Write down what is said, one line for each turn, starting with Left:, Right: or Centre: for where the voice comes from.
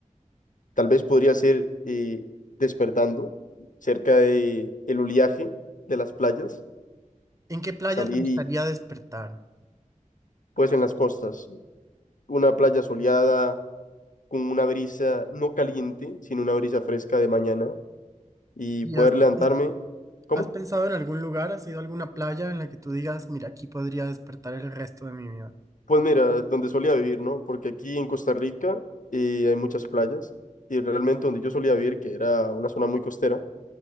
Left: Tal vez podría ser eh, despertando cerca de el oleaje de las playas,
Right: ¿En qué playa
Left: salir
Right: te gustaría
Left: y
Right: despertar?
Left: pues en las costas, una playa soleada con una brisa no caliente, sino una brisa fresca de mañana y
Right: ¿Y
Left: poder
Right: has,
Left: levantarme.
Right: es-
Left: ¿Cómo?
Right: has pensado en algún lugar? ¿Has ido a alguna playa en la que tú digas, mira, aquí podría despertar el resto de mi vida?
Left: Pues mira, donde solía vivir, ¿no? Porque aquí en Costa Rica eh, hay muchas playas y realmente donde yo solía vivir, que era una zona muy costera,